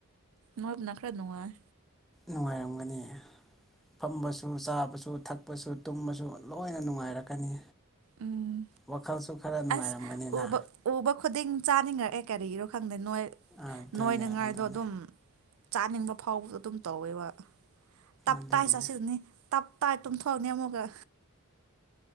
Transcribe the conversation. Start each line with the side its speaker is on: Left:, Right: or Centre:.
Right: ꯅꯣꯏꯕꯅ ꯈ꯭ꯔ ꯅꯨꯡꯉꯥꯏ꯫
Centre: ꯅꯨꯡꯉꯥꯏꯔꯝꯒꯅꯤ ꯐꯝꯕꯁꯨ ꯆꯥꯕꯁꯨ ꯊꯛꯄꯁꯨ ꯇꯨꯝꯕꯁꯨ ꯂꯣꯏꯅ ꯅꯨꯡꯉꯥꯏꯔꯛꯀꯅꯤ꯫
Right: ꯎꯝ
Centre: ꯋꯥꯈꯜꯁꯨ꯫ ꯈꯔ ꯅꯨꯡꯉꯥꯏꯔꯝꯒꯅꯤꯅ
Right: ꯑꯁ ꯎꯕ ꯎꯕ ꯈꯨꯗꯤꯡ ꯆꯥꯅꯤꯡꯉ꯫ ꯑꯦ ꯀꯔꯤꯒꯤꯔꯣ ꯈꯪꯗꯦ ꯅꯣꯏ
Centre: ꯑꯗꯨꯅꯦ
Right: ꯅꯣꯏꯅꯉꯥꯏꯗꯣ
Centre: ꯑꯗꯨꯅꯦ
Right: ꯑꯗꯨꯝ꯫ ꯆꯥꯅꯤꯡꯕ ꯐꯥꯎꯕꯗ ꯑꯗꯨꯝ ꯇꯧꯋꯦꯕ ꯇꯞ
Centre: ꯑꯗꯨꯅꯦ
Right: ꯇꯥꯏ ꯆꯥꯁꯤꯜꯂ ꯇꯞ ꯇꯥꯏ ꯇꯨꯝ ꯊꯣꯛꯅꯤ ꯑꯃꯨꯛꯀ